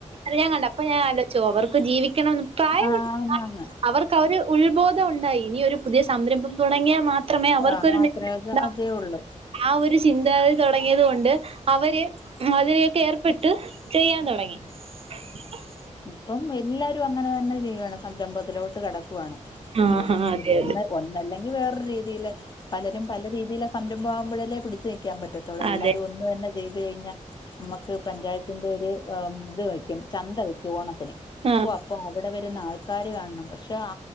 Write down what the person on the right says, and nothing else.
റിയാൻ കണ്ട അപ്പൊ ഞാൻ ആലോയ്ച് ഓ അവർക്ക് ജീവിക്കണം പ്രായമു
പ്രായ അവർ ക്കാ ഒര് ഉൾബോധം ഉണ്ടായി ഇനി ഒരു പുതിയ സംരംഭം തുടങ്ങിയാ മാ ത്രമേ അവർക്കാെരു
നില നിൽപ്പ്ണ്ട്
<unintelligible> ആ ഒര് ചിന്താഗതി താെടങ്ങിയത് കൊണ്ട് അവര് അതിലേക്കേർപ്പെട്ട് ചെയ്യാൻ തൊടങ്ങി <unintelligible>
ആഹ്
ആഹ് അതെ
അതെ
അതെ